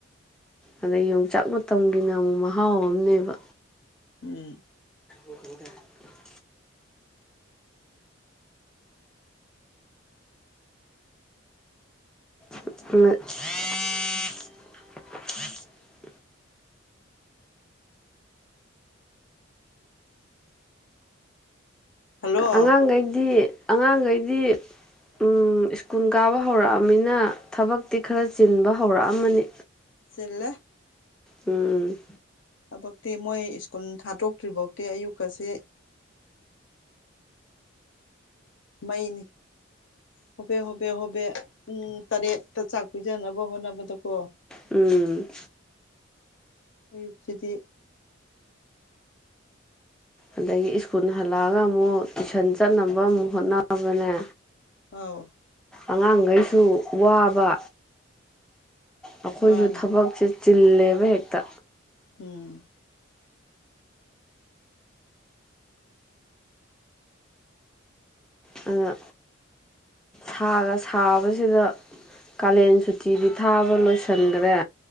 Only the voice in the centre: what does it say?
ꯑꯗ ꯌꯣꯡꯆꯥꯛ ꯃꯇꯝꯒꯤꯅ ꯑꯃꯨꯛ ꯃꯍꯥꯎ ꯑꯃꯅꯦꯕ
<unintelligible> <unintelligible>
ꯑꯉꯥꯡ ꯈꯩꯗꯤ ꯑꯉꯥꯡꯈꯩꯗꯤ ꯎꯝ ꯁ꯭ꯀꯨꯜ ꯀꯥꯕ ꯍꯧꯔꯛ ꯑꯝꯃꯤꯅ ꯊꯕꯛꯇꯤ ꯈꯔ ꯆꯤꯟꯕ ꯍꯧꯔꯛ ꯑꯝꯃꯅꯤ
ꯎꯝ
ꯎꯝ
ꯑꯗꯒꯤ ꯁ꯭ꯀꯨꯜ ꯍꯜꯂꯛ ꯑꯒ ꯑꯃꯨꯛ ꯇꯨꯏꯁꯟ ꯆꯠꯅꯕ ꯑꯃꯨꯛ ꯍꯣꯠꯅꯕꯅꯦ
ꯑꯉꯥꯡꯈꯩꯁꯨ ꯋꯥꯕ ꯑꯩꯈꯣꯏꯁꯨ
ꯊꯕꯛꯁꯦ ꯆꯤꯜꯂꯦꯕ ꯍꯦꯛꯇ
ꯑꯗꯨꯅ ꯁꯥꯒ ꯁꯥꯕꯁꯤꯗ ꯀꯥꯂꯦꯟ ꯁꯨꯇꯤꯗꯤ ꯊꯥꯕ ꯂꯣꯏꯁꯤꯟ ꯒꯥꯔꯦ